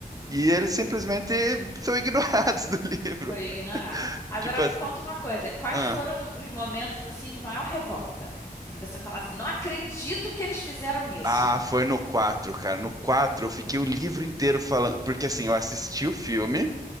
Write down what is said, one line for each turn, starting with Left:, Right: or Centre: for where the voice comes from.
Right: E eles simplesmente são ignorados <laughs> do livro.
Left: Foi ignorado. Agora
Right: Tipo assim.
Left: me conta uma coisa, quais
Right: ah.
Left: foram os momentos assim de maior revolta? De você falar assim, não acredito que eles fizeram isso.
Right: Ah, foi no 4, cara. No 4 eu fiquei o livro inteiro falando, porque assim, eu assisti o filme